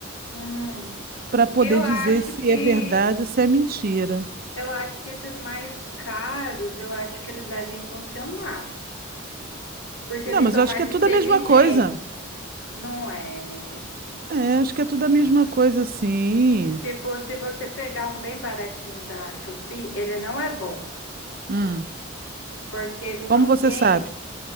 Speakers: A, on the left; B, on the right.
A: Hum.
B: para poder
A: Eu
B: dizer
A: acho
B: se
A: que,
B: é verdade ou se é mentira.
A: eu acho que esses mais caros, eu acho que eles devem funcionar. Porque
B: Não,
A: eles
B: mas
A: são
B: eu acho
A: mais
B: que é
A: inteligentes,
B: tudo a mesma coisa.
A: não é?
B: É, acho que é tudo
A: Nossa.
B: a mesma coisa, assim.
A: Tipo, se você pegar um bem baratinho da Shopee, ele não é bom,
B: Hum,
A: porque ele
B: como
A: não
B: você
A: tem,
B: sabe?